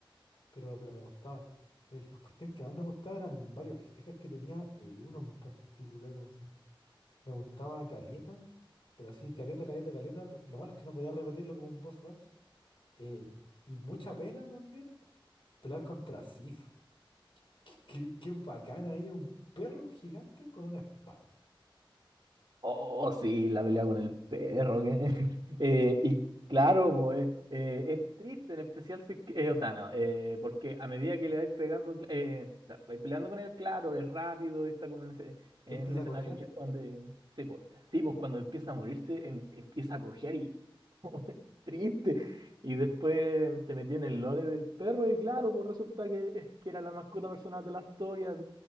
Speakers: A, on the left (about 70°); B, on the right (about 60°).
A: pero, pero me gustaba. Y La cuestión que más me gustaba eran varios jefes que tenía el uno en particular así. Me gustaba caleta, pero así, caleta, caleta, caleta. pe- Lo malo es que no podía repetirlo como un boss rush. Eh, y mucha pena también pelear contra Sif. Qué, qué- qué bacán ahí, un perro gigante con una espada.
B: Oh, oh, sí, la pelea con el perro. que- <laughs> Eh, y claro, pues, eh, eh, es triste, en especial si es que- eh, o sea, no, eh, porque a medida que le vais pegando, cl- eh, o sea, vais peleando con él, claro, es rápido, está como en ese,
A: Empieza
B: en un escenario
A: a cojear.
B: abierto donde, sí, pues, sí, pues, cuando empieza a morirse, em- empieza a cojear y <laughs> es triste. Y después
A: Sí,
B: te metí en el lore del perro y claro, pues resulta que, eh, que era la mascota personal de la historia,